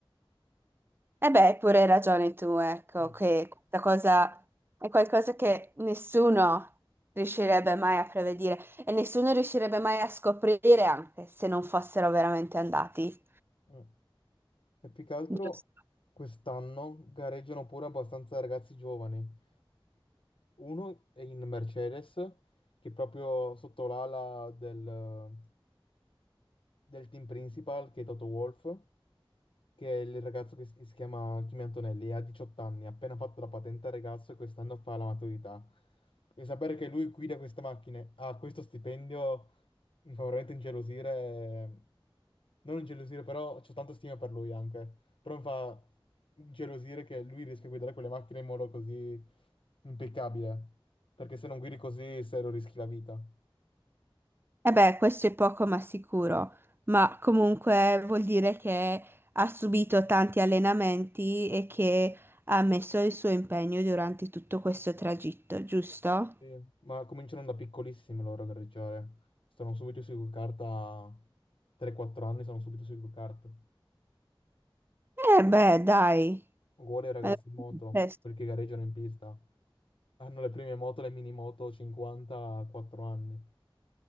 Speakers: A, on the right; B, on the left.
A: E beh, hai pure ragione tu, ecco,
B: Mm,
A: che questa cosa è qualcosa che nessuno riuscirebbe mai a prevedere e nessuno riuscirebbe mai a scoprire anche se non fossero veramente andati.
B: mm. E più che altro
A: Giusto.
B: quest'anno gareggiano pure abbastanza ragazzi giovani. Uno è in Mercedes, che è proprio sotto l'ala del, del team principal, che è Toto Wolff, che è il ragazzo che si si chiama Kimi Antonelli, ha 18 anni, ha appena fatto la patente al ragazzo e quest'anno fa la maturità. E sapere che lui guida queste macchine, ha questo stipendio, mi fa veramente ingelosire. Non ingelosire, però c'ho tanta stima per lui anche. Però mi fa ingelosire che lui riesca a guidare quelle macchine in modo così impeccabile. Perché se non guidi così, serio, rischi la vita.
A: Eh beh, questo è poco ma sicuro, ma comunque vuol dire che ha subito tanti allenamenti e che ha messo il suo impegno durante tutto questo tragitto, giusto?
B: Sì. Ma cominciano da piccolissimi loro a gareggiare. Stanno subito sui go-kart a 3-4 anni, sono subito sui go-kart.
A: Eh beh, dai.
B: Uguale ai ragazzi
A: Eh,
B: in moto,
A: eh,
B: quelli che gareggiano in pista. Hanno le prime moto, le mini moto 54 anni.